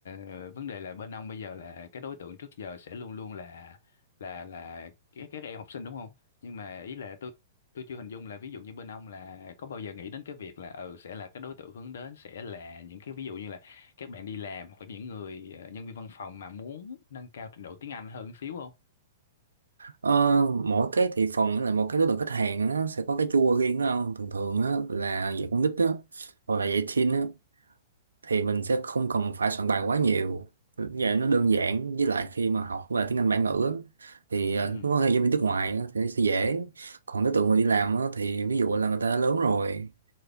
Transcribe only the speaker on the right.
Ờ, mỗi cái thị phần là một cái đối tượng khách hàng nó sẽ có cái chua riêng đó không? Thường thường á, là dạy con nít á, hoặc là dạy teen á, thì mình sẽ không cần phải soạn bài quá nhiều. Dạ, nó đơn giản với lại khi mà học về tiếng Anh bản ngữ á, thì ờ,
nó có hay giáo viên nước ngoài á, thì nó sẽ dễ. Còn đối tượng mà đi làm á, thì ví dụ là người ta đã lớn rồi